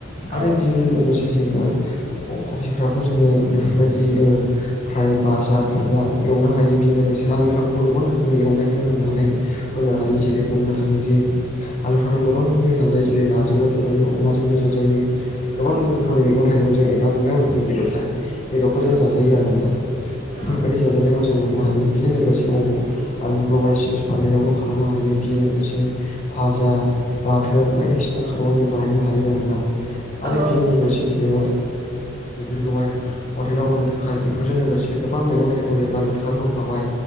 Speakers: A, on the left (about 35°); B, on the right (about 50°).
A: आरो
B: औ
A: बेजोंनो लोगोसे जोङो क कबिफ्राखौजोङो बेफोरबायदि ओ फ्राय बाजाफोर लाएवनो हायो बेनि लोगोसे आलुफोरखौबो गोबां रोखोमनि एवनायखौनो होनो हानाय होनो हायो जेरै बुंनो थाङोदि आलुफानथाव गोबांजों जाजायो जेरै नाजोंबो जाजायो अमाजोंबो जाजायो। गोबां
B: औ
A: रोखोमनि मैगं थाइगंजों एबा मोगां रोखोमनि बेदर थ बेदरफोरजों
B: औ
A: जाजायो आर ना।
B: औ
A: बेफोरबायाददि जाजानाय खौ जों मोननो हायो बेजों लोगोसे आलुखौ बा सिुस फानायनायावबो खालामनो हायो बेजों लोगोसे भाजा बाथोन बायदिसिना खाराव जों बानायनो हायो आरोना। आरो
B: औ
A: बेजों लोगोसे जोङो बेफोरखौहाय हटेलाव होनो थाखाय बेफोरजों लोगोसे गोबां मैगं थाइगं जोबबा नोंथाङ होनखाबाय